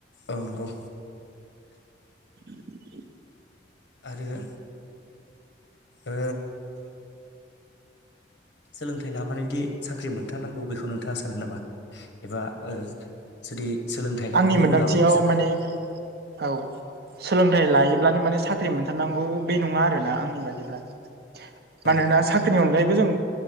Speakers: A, on the left (about 75°); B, on the right (about 55°).
A: औ नंगौ
B: <inaudible>
A: आरो ओ सोलोंथाइ लाबोनानोदि साख्रि मोनथारनांगौ बेखौ नोंथाङा सानो नामा एबा ओ जुदि सोलोंथाइ लानायनि
B: आंनि मोन्दांथियाव
A: उनाव साख्रि
B: माने औ सोलोंथाइ लायोब्लानो माने साख्रि मोनथारनांगौ बे नङा आरोना आंनि बादिब्ला मानोना
A: औ
B: साख्रिनि अनगायैबो जों